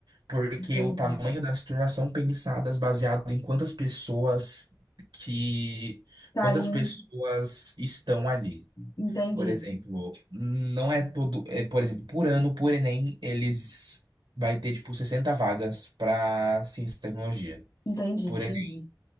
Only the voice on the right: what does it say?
Porque
o tamanho das turmas são pensadas baseado em quantas pessoas que,
quantas pessoas estão ali.
Por exemplo, não é todo, é, por exemplo, por ano, por Enem, eles vai ter tipo 60 vagas para ciência e tecnologia,
por
Enem.